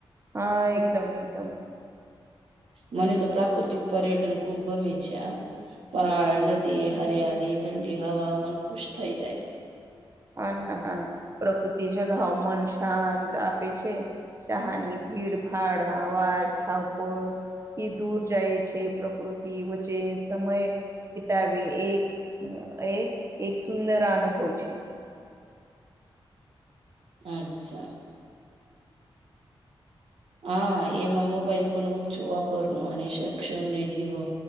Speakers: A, on the right (about 30°); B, on the right (about 75°).
A: હા એકદમ એકદમ.
B: મને તો પ્રાકૃતિક પર્યટન ખુબ ગમે છે આ પહાડ નદી હડીયાળી ઠંડી હવા મન ખુશ થઈ જાય.
A: હા ના હા પ્રકૃતિ જગાવ મન શાંત આપે છે. શહાની ભીડભાડ આવાજ થાવપોળ થી દૂર જાય છે પ્રકૃતિ વચ્ચે સમય બિતાવે એક એ એક સુંદર અનુભવ છે.
B: અચ્છા. હા એમાં મોબાઈલ પણ ઓછું વાપરવાની અને શૈક્ષણ્ય ને જીવો